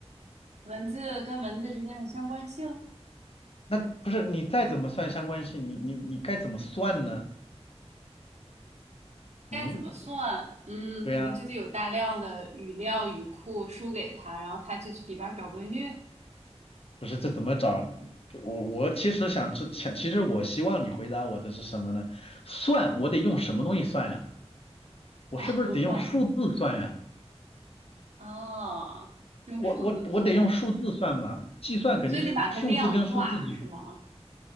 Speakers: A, on the right; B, on the left.
A: 文字跟文字之间的相关性。
B: 那不是你再怎么算相关性，你你你该怎么算呢？
A: 该怎么算？
B: 嗯，
A: 嗯，
B: 对呀。
A: 可能就得有大量的语料语库输给他，然后他去里边儿找规律。
B: 不是这怎么找？就我我其实想知想，其实我希望你回答我的是什么呢？算，我得用什么东西算呀？我是不是得用数字算呀？
A: 哦 <laughs> 哦，用数字算，
B: 我我我得用数字算嘛？计算肯定是数字跟数字
A: 所以得把它量化，是吗？